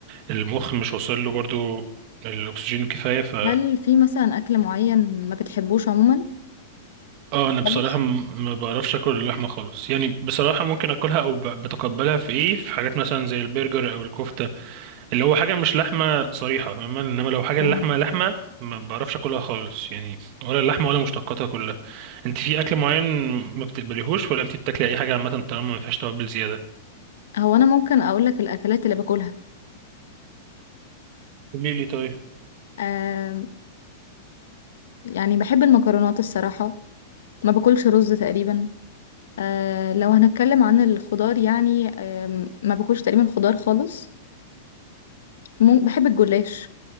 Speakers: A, on the right (about 40°); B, on the left (about 85°).
A: المخ مش واصل له برضه الأكسجين الكفاية ف
B: هل في مثلا اكل معين ما بتحبوش عموما
A: اه أنا بصراحة
B: خالص
A: م- ما بعرفش آكل اللحمة خالص يعني بصراحة ممكن آكلها أو ب- بتقبلها في إيه في حاجات مثلا زي البرجر أو الكفتة اللي هو حاجة مش لحمة صريحة فاهمة انما لو حاجة اللحمة
B: اه
A: لحمة ما بعرفش اكلها خالص يعني ولا اللحمة ولا مشتقاتها كلها انت في اكل معين ما بتقبليهوش ولا انت بتاكلي اي حاجة عامة طالما ما فيهاش توابل زيادة
B: هو انا ممكن اقول لك الاكلات اللي باكلها
A: قولي لي طيب
B: آه يعني بحب المكرونات الصراحة ما باكلش رز تقريبا آه لو هنتكلم عن الخضار يعني آه ما باكلش تقريبا خضار خالص مم- بحب الجلاش